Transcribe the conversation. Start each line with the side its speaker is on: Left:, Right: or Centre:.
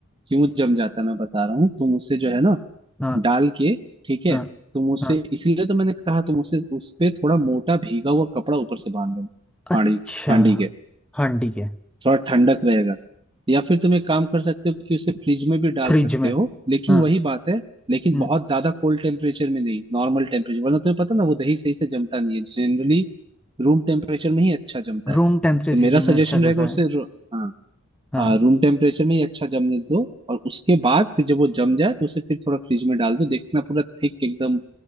Right: क्यों जम जाता है मैं बता रहा हूँ तुम उसे जो है ना
Centre: हाँ
Right: डाल के ठीक है
Centre: हाँ
Right: तुम उसे
Centre: हाँ
Right: इसीलिए तो मैंने कहा तुम उसे उस पे थोड़ा मोटा भीगा हुआ कपड़ा ऊपर से बांध लेना
Centre: अच्छा
Right: हांडी की हांडी के
Centre: हाँ ठीक है
Right: थोड़ा ठंडक रहेगा या फिर तुम एक काम कर सकते हो कि उसे फ्रिज में भी डाल
Centre: फ्रिज
Right: सकते
Centre: में
Right: हो लेकिन
Centre: हाँ
Right: वही बात है लेकिन
Centre: हम्म,
Right: बहुत ज्यादा कोल्ड टेम्परेचर में नहीं नॉर्मल टेम्परेचर वरना तुम्हें पता ना वो दही सही से जमता नहीं है जनरली रूम टेम्परेचर में ही अच्छा जमता
Centre: रूम
Right: है
Centre: टेम्परेचर
Right: तो मेरा
Centre: में
Right: सजेशन
Centre: अच्छा जम
Right: रहेगा
Centre: रहा
Right: उसे
Centre: है
Right: रो- हाँ
Centre: हाँ
Right: हाँ रूम टेम्परेचर में ही अच्छा जमने दो और उसके बाद फिर जब वो जम जाए तो उसे फिर थोड़ा फ्रिज में डाल दो देखना पूरा थिक एकदम